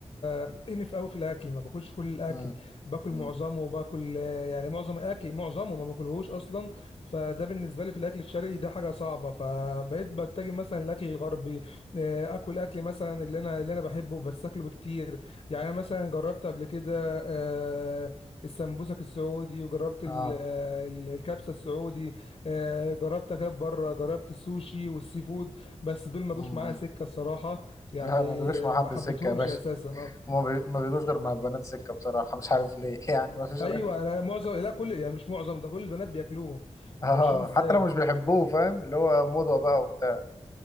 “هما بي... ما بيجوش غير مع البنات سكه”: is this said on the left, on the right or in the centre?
Left